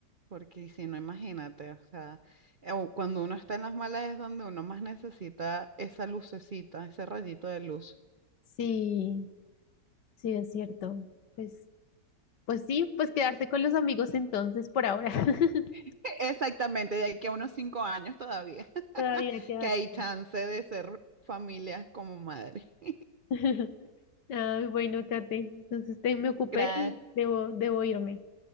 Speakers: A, on the right (about 60°); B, on the left (about 70°).
A: Porque si no, imagínate, o sea, eh, o cuando uno está en las malas es donde uno más necesita esa lucecita, ese rayito de luz.
B: Sí, sí, es cierto. Pues, pues sí, pues quedarse con los amigos entonces por ahora. <laughs>
A: <laughs> Exactamente, de aquí a unos cinco años todavía.
B: Todavía queda
A: que hay
B: tiempo.
A: chance de ser familias como madre. <laughs>
B: <laughs> Ay, bueno, Kate, entonces te- me ocupé,
A: Gracias,
B: debo, debo irme.